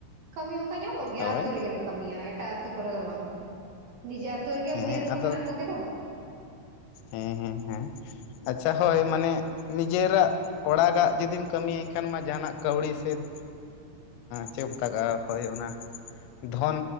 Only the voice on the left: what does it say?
ᱦᱳᱭ
ᱦᱮᱸ
ᱟᱫᱚ
ᱦᱮᱸ ᱦᱮᱸ ᱦᱮᱸ ᱟᱪᱪᱷᱟ ᱦᱳᱭ ᱢᱟᱱᱮ ᱱᱤᱡᱮᱨᱟᱜ ᱚᱲᱟᱜᱟᱜ ᱡᱩᱫᱤᱢ ᱠᱟᱹᱢᱤᱭ ᱮᱠᱷᱟᱱ ᱢᱟ ᱡᱟᱦᱟᱱᱟᱜ ᱠᱟᱹᱣᱲᱤ ᱥᱮ ᱮᱸ ᱪᱮᱫ <inaudible> ᱢᱮᱛᱟᱜᱟᱜᱼᱟ ᱦᱳᱭ ᱚᱱᱟ ᱫᱷᱚᱱ